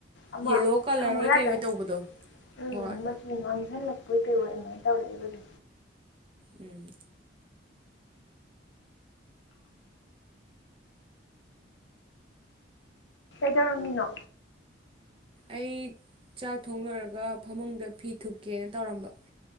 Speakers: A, on the left; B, on the right.
A: ꯑꯃ
B: ꯌꯦꯂꯣ ꯀꯂꯔ
A: ꯁꯪꯅ
B: ꯑꯣꯏ ꯀꯩꯑꯣꯏ
A: ꯌꯥꯗ
B: ꯇꯧꯕꯗꯣ
A: ꯎꯝ
B: ꯍꯣꯏ
A: ꯃꯥꯡꯓꯜꯂꯛꯄꯣꯏ ꯀꯩꯔꯣ ꯑꯗꯨꯃꯥꯏꯅ ꯇꯧꯔꯛꯏꯕꯗꯤ
B: ꯎꯝ
A: ꯀꯩꯗꯧꯔꯝꯃꯤꯅꯣ
B: ꯑꯩ ꯆꯥꯛ ꯊꯣꯡ ꯂꯣꯏꯔꯒ ꯐꯃꯨꯡꯗ ꯐꯤ ꯊꯨꯀꯦꯅ ꯇꯧꯔꯝꯕ